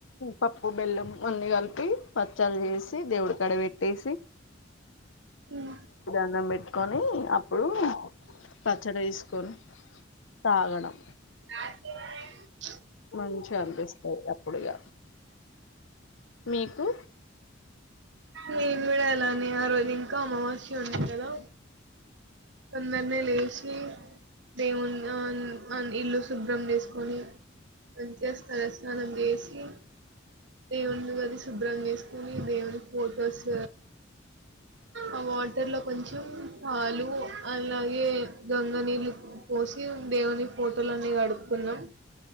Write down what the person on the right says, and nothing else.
ఉమ్.
రాజ్ కిరణ్.
నేను కూడా అలానే ఆ రోజు ఇంకా అమావాస్య ఉంది కదా. తొందరనే లేచి. దేవుని ఆహ్ ఇల్లు శుభ్రం చేసుకొని. అంతే తలస్నానం చేసి దేవుని ముందర శుభ్రం చేసి. పోనీ దేవుడు. ఫోటోస్. ఆ వాటర్ లో కొంచెం. ఉమ్ పాలు అలాగే గంగా నీళ్ళు పోసి దేవుని ఫోటోలన్నీ గడుకున్నాం.